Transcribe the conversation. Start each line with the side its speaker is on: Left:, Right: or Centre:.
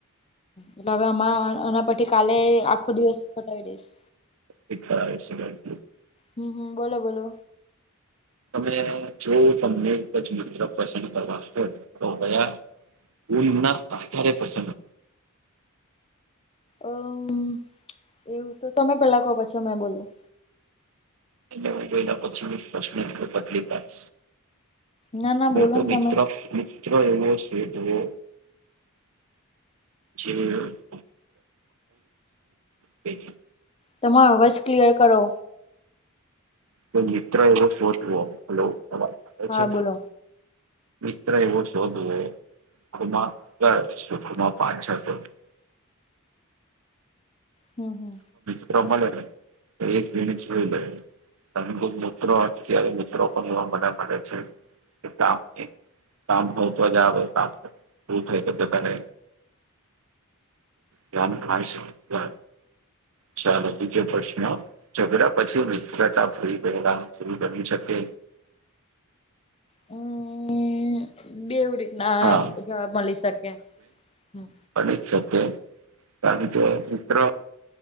Left: એટલે હવે અમા એના પી કાલે આખો દિવસ ફટાવી દઈશ.
Right: ક <unintelligible> છે
Left: હમ હમ બોલો બોલો.
Right: તમે જો તમને કજ તરફ પસંદ કરવા છ તો ગયા. ઉના આધારે પસ
Left: અમ એવું તો તમે પેલા કહો પછો મેં બોલું.
Right: એ જોયલા પછી પ પતરી પા <unintelligible>
Left: ના ના
Right: બેટો
Left: બોલો ને
Right: મિત્ર
Left: તમે
Right: મિત્ર એવો છે તઓ. જે <unintelligible> શરીર પેટે
Left: તમારો અવાજ ક્લિયર કરો.
Right: તો મિત્ર એવો શોધલો આ વાત આવે
Left: હા
Right: છે.
Left: બોલો
Right: મિત્ર એવો શોધવુંમાં કર શખમાં પાછા શોધે છે.
Left: હમ હમ
Right: પ્રમાણે એક લણી અદભૂત મૂિત્રો અત્યારે મિત્રો પણ એવા મધા માટે છે કે કામ સાંપ ન ઉઠવા જાવય સાંપ ઉથે તો તો પલે કામ થાય છે <unintelligible> ચાલો બીજા પ્રશ્ન ઝઘડા પછી મિત્રતા ફરી ગેલા શ કરી શકે.
Left: હમ બેવી રીતના
Right: હા
Left: જવાબ મળી શકે. હમ
Right: કરી જ શકે કારણ જો મિત્ર